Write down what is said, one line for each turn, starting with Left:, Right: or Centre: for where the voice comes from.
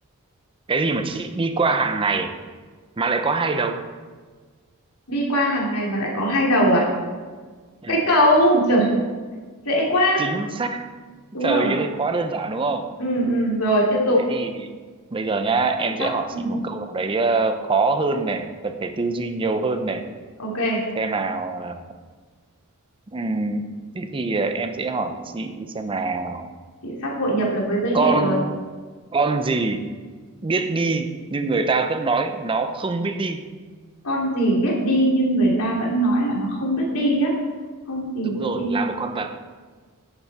Right: cái gì mà chị đi qua hàng ngày mà lại có hai đầu
Left: đi qua hàng ngày mà lại có hai đầu à
Right: ừ.
Left: cái cầu trời dễ quá
Right: chính xác
Left: đúng
Right: trời
Left: không
Right: ơi quá đơn giản đúng không
Left: ừ ừ rồi tiếp tục
Right: thế thì bây giờ nhá
Left: chị
Right: em sẽ
Left: sắp
Right: hỏi chị
Left: ừ,
Right: một câu nào đấy ờ, khó hơn này cần phải tư duy nhiều hơn này
Left: ok
Right: xem nào ờ, ừm, thế thì ờ, em sẽ hỏi chị xem nào
Left: chị sắp hội nhập được với giới
Right: con
Left: trẻ rồi
Right: con gì biết đi nhưng người ta vẫn nói nó không biết đi
Left: con gì biết đi nhưng người ta vẫn nói là nó không biết đi á con gì
Right: đúng
Left: biết
Right: rồi
Left: đi
Right: là một con vật